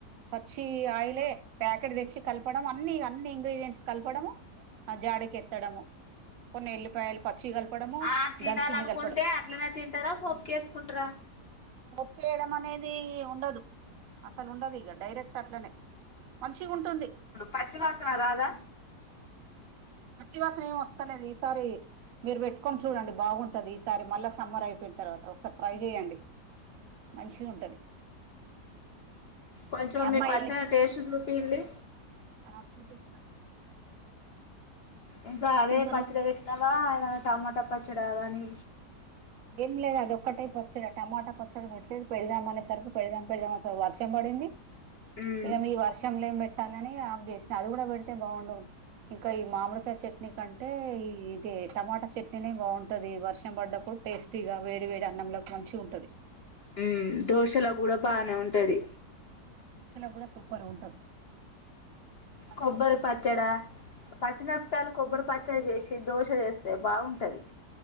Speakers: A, on the right; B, on the left.
A: పచ్చి ఆయిలే ప్యాకెట్ తెచ్చి కలపం అన్ని అన్ని ఇంగ్రీడియంట్స్ కలపడము ఆ జాడకి ఎత్తడము కొన్ని ఎల్లిపాయలు పచ్చి కలపడము
B: ఆ తినాలనుకుంటే
A: దంచింది కలపడం
B: అట్లనే తింటారా పోపుకి వేసుకుంటారా
A: ఒప్పుయడం అనేది ఉండదు అసలు ఉండదు ఇక డైరెక్ట్ అట్లనే మంచిగా ఉంటుంది
B: పచ్చివాసన అదాదా
A: వచ్చివాసన ఏం వస్తానేది ఈసారి మీరు పెట్టుకొని చూడండి బాగుంటది ఈసారి మళ్ళా సమ్మర్ అయిపోయిన తర్వాత ఒకసారి ట్రై చె్యడి మంచిగా ఉంటది
B: కొంచెం
A: అమ్మాయి
B: మీ పచ్చని
A: వెళ్ళి
B: టేస్ట్ చూపిలి
A: ఆ చూ తెస్త
B: ఇంకా అదే
A: తర్వాత
B: పచ్చడి పెట్నావా ఏ టమాోటా ప చడావని
A: ఏం లేదు అది ఒక్కటే పచ్చడి టమాటా పచ్చడి పెట్లేదు పెడదాం అనే సరికి పెడదాం పెడదాం స వర్షం పడి పడింది
B: ఉమ్
A: ఇక మీ వర్షం లే ఏం పెట్టాలని ఆఫ చేసిన అది కూడా పెడితే బాగుండవు ఇంకా ఈ మామిడికాయ చట్నీ కంటే ఈ ఇదే టమాటా చట్నీనే బాగుంటది వర్షం పడ్డప్పుడు టేస్టీగా వేడి వేడి అన్నంలోకి మంచి ఉంటది
B: ఉ దోశలో కూడా బానే ఉంటది
A: మోసలో కూడా సూపర్ ఉంటది మంచిగా
B: కొబ్బరి
A: ఉంటది
B: పచ్చడా పచ్చనా పప్పలు కొబ్బరి పచ్చడి చేసి దోస చేస్తే బాగుంటది